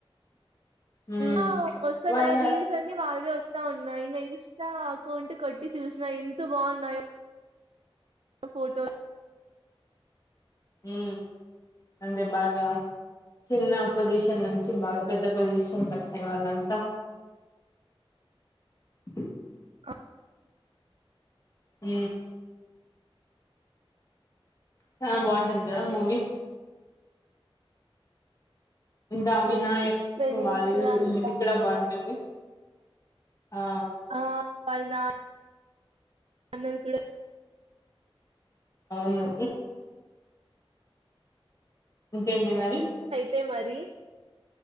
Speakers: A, on the left; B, on the right.
A: ఉమ్,
B: ఆ వస్తన్నా
A: వాళ్ళ
B: రీల్స్ అన్ని వాళ్వి వస్ వస్తా ఉన్నాయి ఇంక ఇన్స్టా అకౌంట్ కొట్టి చూసినా ఎంత బాగున్నాయో ఫోటో
A: ఉ అందే బాగా చిన్న పొజిషన్ నుంచి బాగా పెద్ద పొజిషన్ కచ్చారు వాళ్ళంతా <inaudible>
B: అ
A: ఊ చానా బాగుంటుంది కదా మూవీ ఇంకా వినాయక్
B: మూవీ ఫ్రెండ్స్
A: వాళ్ ఇల్
B: అంతా
A: బాగుంటుంది ఆ
B: ఆ వాళ్ళ నాన్ అందరు కూడా
A: అవును ఇంకేంటి మరి
B: తే మరి